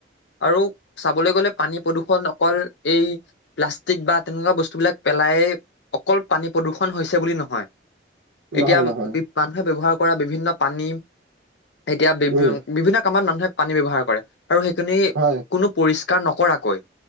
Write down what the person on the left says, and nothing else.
আৰু চাবলৈ গ'লে পানী প্ৰদূষণ অকল। এই প্লাষ্টিক বা তেনেকুৱা বস্তুবিলাক পেলাই। অকল পানী প্ৰদূষণ হৈছে বুলি নহয়।
এতিয়া মানুহে
ব্যৱহাৰ কৰা বিভিন্ন পানী এতিয়া। বি
বিভিন্ন কামত মানুহে পানী ব্যৱহাৰ কৰে আৰু সেইখিনি
কোনো। পৰিষ্কাৰ নকৰাকৈ